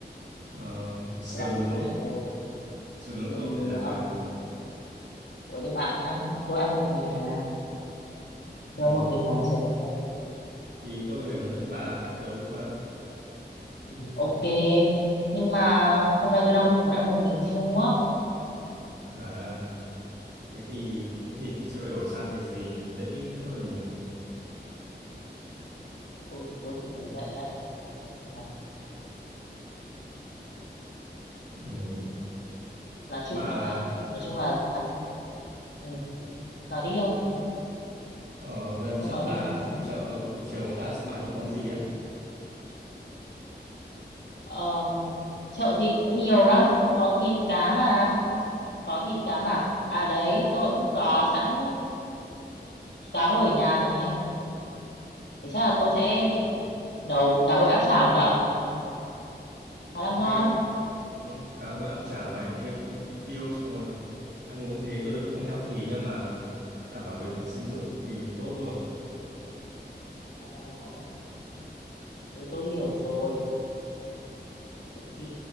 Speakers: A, on the right; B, on the left.
A: Ờ, sườn
B: tôi đang
A: nướng
B: lại rồi
A: sườn nướng
B: sườn
A: tôi có thể
B: nướng
A: làm được
B: ủa nhưng mà ăn tôi ăn một mình mà
A: ừ.
B: tôi ăn một mình mà trời ơi.
A: thì tôi có thể hướng dẫn bà cách nấu mà
B: Ừ, ok nhưng mà hôm nay tôi đang muốn ăn một mình siêu ngốc
A: à thế thì thì thì sẽ phải đổi sang cái gì dễ hơn nhỉ
B: ừ tôi cũng thấy vậy đấy xem nào
A: ừ.
B: nói chung
A: bà
B: là nói chung là ăn ừ, nói đi ông
A: ở gần
B: ông
A: chợ
B: nói
A: bà
B: đi
A: thì chợ buổi chiều người ta sẽ bán những món gì á
B: Ờm, chợ thì cũng nhiều lắm cũng có thịt cá mà có thịt cá mà à đấy tôi cũng có sẵn cá hồi ở nhà này thế chắc là tôi
A: ok
B: sẽ định nấu cá hồi áp chảo nhở khá là
A: Ok
B: ngon
A: á ừ. cá hồi áp
B: ừ,
A: chảo này thêm ít tiêu xong rồi ăn uống như thế tôi cũng healthy nhưng mà đảm bảo về mặt dinh dưỡng cực kỳ tốt luôn
B: ờ, ok ừ, tôi hiểu rồi thì